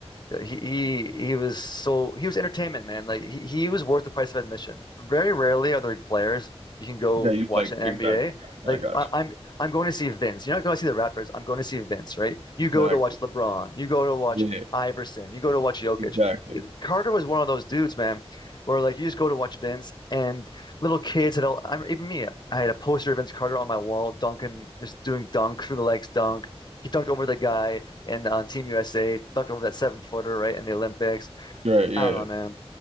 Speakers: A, on the left (about 45°); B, on the right (about 75°).
A: uh, He he he was so he was entertainment, man. Like he, he was worth the price of admission. Very rarely are there players you can go
B: Yeah, you
A: watch
B: like
A: an NBA.
B: exactly.
A: Like
B: I got
A: I, I'm I'm going to see Vince. You're not going to see the rappers. I'm going to see Vince, right? You
B: you. Exactly.
A: go to watch LeBron. You go to watch
B: Yeah,
A: Iverson. You go to watch Jokic.
B: exactly.
A: Carter was one of those dudes, man, where like you just go to watch Vince and little kids had all. I'm even me. I had a poster of Vince Carter on my wall, dunking, just doing dunk through the legs, dunk. He dunked over the guy and on Team USA, dunked over that seven footer, right, in the Olympics.
B: Right, yeah.
A: I don't
B: yeah.
A: know, man.